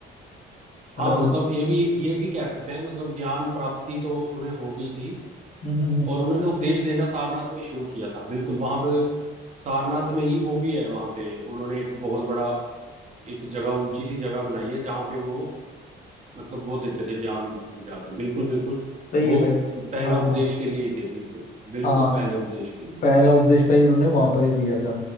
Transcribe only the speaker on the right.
हाँ
मतलब ये भी ये भी कह सकते हैं मतलब ज्ञान प्राप्ति तो उन्हें हो गई थी
और उन्होंने उपदेश देना सारनाथ में ही शुरू किया था बिल्कुल वहां पे सारनाथ में ही वो भी है वहां पे उन्होंने एक बहुत बड़ा एक जगह ऊंची सी जगह बनाई है जहाँ पे वो मतलब वो देते थे ज्ञान देते थे जाके बिल्कुल बिल्कुल
वो
पहला
उपदेश
के लिए ही थे बिल्कुल बिल्कुल
पहले उपदेश के लिए